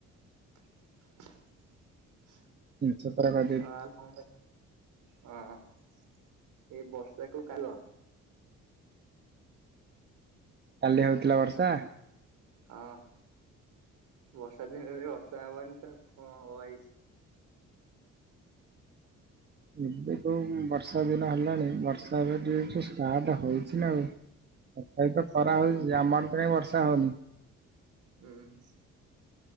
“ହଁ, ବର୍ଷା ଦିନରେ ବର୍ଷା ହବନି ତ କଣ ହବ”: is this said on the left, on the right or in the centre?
Right